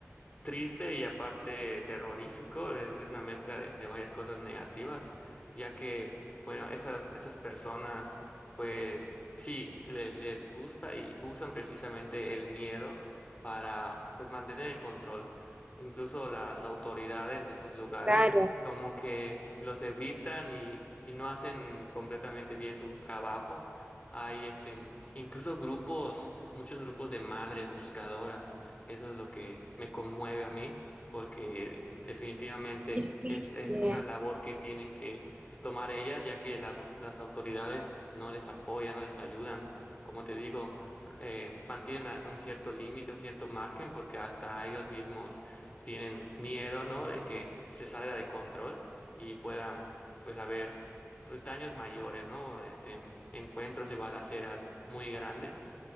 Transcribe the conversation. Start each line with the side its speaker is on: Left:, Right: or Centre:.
Left: triste y aparte terrorífico, es, es una mezcla de, de varias cosas negativas, ya que, bueno, esas, esas personas, pues sí, le- les gusta y usan precisamente el miedo para, pues, mantener el control. Incluso las autoridades de esos lugares
Right: Claro,
Left: como que los evitan y, y no hacen completamente bien su trabajo. Hay este, incluso grupos, muchos grupos de madres buscadoras eso es lo que me conmueve a mí, porque definitivamente
Right: qué triste,
Left: es, es una labor que tienen que pues, tomar ellas, ya que la- las autoridades no les apoyan, no les ayudan. Como te digo, eh, mantienen a- un cierto límite, un cierto margen, porque hasta ellos mismos tienen miedo, ¿no? De que se salga de control y puedan, pues, haber, pues, daños mayores, ¿no? Este, encuentros y balaceras muy grandes.